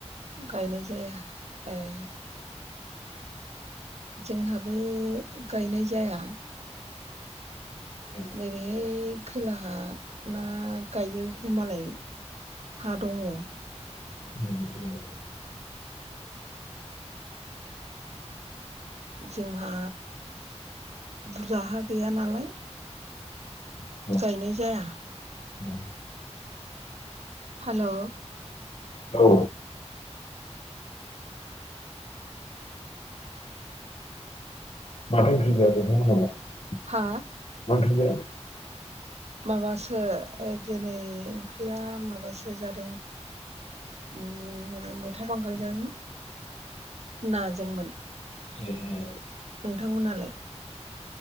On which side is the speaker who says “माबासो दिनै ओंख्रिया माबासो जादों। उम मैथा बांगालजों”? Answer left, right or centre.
Right